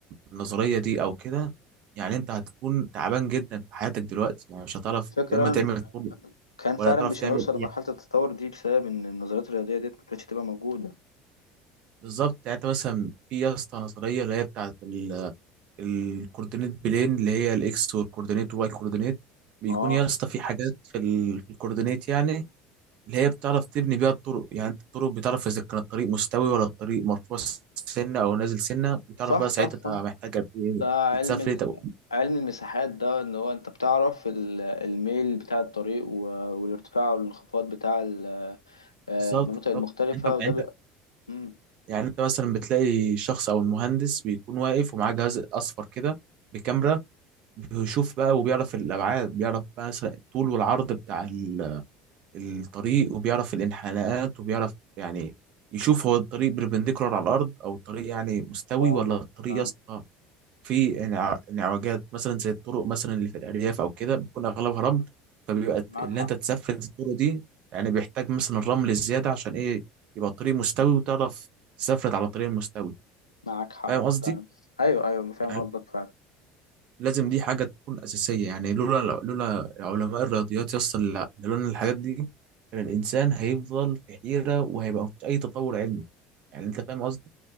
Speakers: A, on the right (about 50°); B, on the left (about 85°).
A: النظريه دي او كده يعني انت هتكون تعبان جدا في حياتك دلوقتي يعني مش هتعرف
B: الفكرة
A: يا اما تعمل
B: إن
A: طب
B: كان
A: ولا
B: فعلا
A: هتعرف
B: مش
A: تعمل
B: هنوصل
A: ايه
B: لمرحلة التطور دي بسبب إن النظريات الرياضية ديت ما كانتش تبقى موجودة
A: بالظبط يعني انت مثلا في يا اسطى نظريه اللي هي بتاعت ال- الكوردينيت بلين اللي هي الاكس والكوردينيت والواي كوردينيت بيكون
B: اه
A: يا اسطى في حاجات في ال- في الكوردينيت يعني اللي هي بتعرف تبني بيها الطرق يعني انت الطرق بتعرف اذا كان الطريق مستوي ولا الطريق مرفوع سنه او نازل سنه وتعرف
B: صح
A: بقى
B: صح
A: ساعتها
B: صح
A: انت محتاج قد ايه
B: ده علم
A: تسافر
B: ال-
A: طب
B: علم المساحات ده إن هو أنت بتعرف ال- الميل بتاع الطريق و- والارتفاع والانخفاض بتاع ال- آه،
A: بالظبط
B: المناطق المختلفة
A: بالظبط انت
B: وده
A: انت
B: بيبقى مم،
A: يعني انت مثلا بتلاقي شخص او المهندس بيكون واقف ومعاه جهاز اصفر كده بكاميرا بيشوف بقى وبيعرف الابعاد بيعرف بقى مثلا الطول والعرض بتاع ال- الطريق وبيعرف الانحناءات وبيعرف يعني يشوف هو الطريق بربنديكولار على الارض او الطريق يعني مستوي
B: فعلا
A: ولا الطريق
B: فعلا
A: يا اسطى في انع- انعوجات مثلا زي الطرق مثلا اللي في الارياف او كده بتكون اغلبها رمل فبيبقى
B: معاك
A: اللي
B: حق
A: انت تسفل الطرق دي يعني بيحتاج مثلا الرمل الزياده عشان ايه يبقى الطريق مستوي وتعرف تسفلت على الطريق المستوي
B: معاك حق
A: فاهم قصدي
B: فعلا أيوه أيوه فاهم
A: يعني
B: قصدك فعلا
A: لازم دي حاجه تكون اساسيه يعني لولا لولا علماء الرياضيات يصل لولا الحاجات دي كان الانسان هيفضل في حيره وهيبقى مفيش اي تطور علمي يعني انت فاهم قصدي